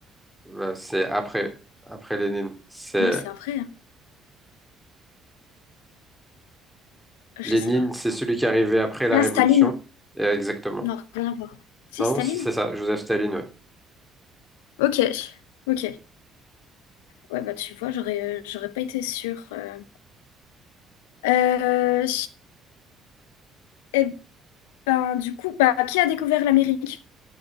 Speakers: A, in the centre; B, on the left (about 75°).
A: Euh, c'est après, après Lénine. C'est
B: Moi, c'est un vrai. hein. Je
A: Lénine,
B: sais pas.
A: c'est celui qui est arrivé après la
B: Ah,
A: Révolution.
B: Staline.
A: Et exactement.
B: Non, rien à voir. Si,
A: Non,
B: Staline?
A: non, si c'est ça, Joseph Staline, ouais.
B: Ok, ok. Ouais, bah tu vois, j'aurais, euh, j'aurais pas été sûre. euh, Euh, et ben, du coup, bah, qui a découvert l'Amérique